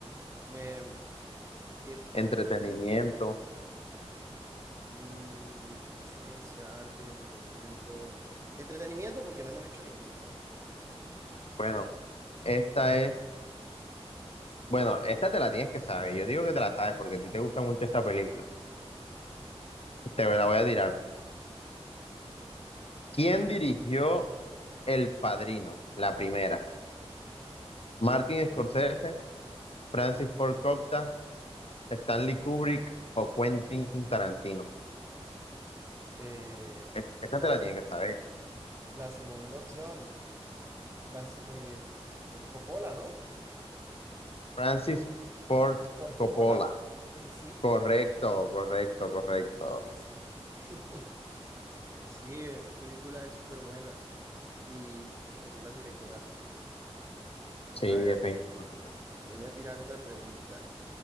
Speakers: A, on the right (about 25°); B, on the left (about 65°).
A: Eh, ¿qué,
B: entretenimiento.
A: mm, ciencia, arte, entretenimiento? Entretenimiento porque no hemos hecho ninguna. a ver.
B: Bueno, esta es. Bueno, esta te la tienes que saber. Yo digo que te la sabes porque a ti te gusta mucho esta película. Te la voy a tirar. ¿Quién dirigió El Padrino? La primera. Martin Scorsese, Francis Ford Coppola, Stanley Kubrick o Quentin Tarantino.
A: Eh, eh,
B: Es- Esta
A: la,
B: te la tienes que saber.
A: la segunda opción, Franci- eh, f- es Coppola, ¿no?
B: Francis Ford
A: Por Coppola.
B: Coppola.
A: Sí, sí,
B: Correcto, correcto, correcto.
A: sí, sí. <laughs> Sí, esa película es súper buena. y tocó las directoras. Vamos
B: Sí,
A: a ver
B: definitivamente.
A: aquí. Te voy a tirar otra pregunta.